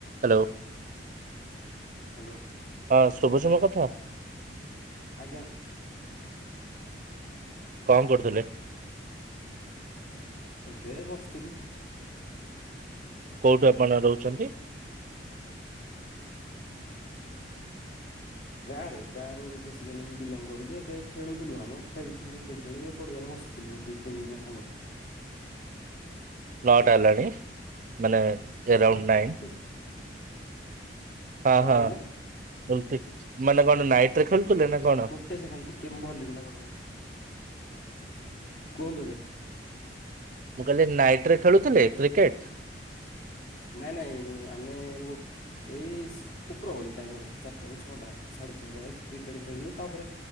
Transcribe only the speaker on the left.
Hello.
ଆଜ୍ଞା।
ଏବେ ବସିଥିଲୁ।
ଗାଁରେ ଗାଁରୁ ବେସିକାଲି ମୁଁ ବିଲଙ୍ଗ କରୁଚି ଏବେ ଖେଳୁଥିଲୁ ଆମେ ଖେଳିକି କ୍ରିକେଟ ଖେଳିକି ପଡିଆରେ ବସିଥିଲୁ ଦି ତିନି ଜଣ ସାଙ୍ଗ।
<inaudible>
କଣ କହିଲେ
ଟେ ସେକେଣ୍ଡ ଟିକେ ମୁଁ ଭଲ୍ୟୁମ ଟା ବଢେ କୁହନ୍ତୁ ଏବେ।
ନାଇଁ ନାଇଁ ଆମେ ଉ ଏଇସ ଉପରବଳି ଟାଇମ ରେ ଚାରିଟା ରୁ ଛଅଟା ସାଢେ ଛଅ ଯାଏ କ୍ରିକେଟ ଖେଳିଲୁ ତାପରେ